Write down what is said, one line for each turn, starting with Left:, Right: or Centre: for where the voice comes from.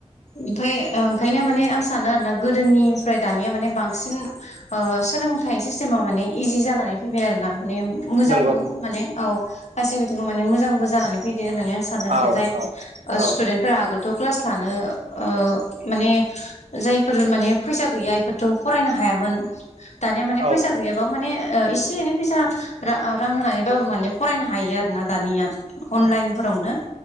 Left: ओमफाय ओंखायनो माने आं सानो आरो ना गोदोनिफ्राय दानिया माने बांसिन ओ सोलोंथाइ सिस्टेमा माने इजि जानानै फैबाय आरो ना माने मोजांबो
Right: नंगौ
Left: माने औ खायसेबिथिङाव माने मोजांबो जानानै फैदो होननानै आं सा आरो
Right: औ
Left: जायफोर
Right: औ औ
Left: स्टुडेन्टफोरा आगोलथ' क्लास लानो ओ माने जायफोर माने फैसा गैया इफोरथ' फरायनो हायामोन दानिया माने
Right: औ
Left: फैसा गैयाबा माने ओ एसे एनै फैसा रां होनानैबो माने फरायनो हायो। आरोना दानिया अनलाइनफोरावनो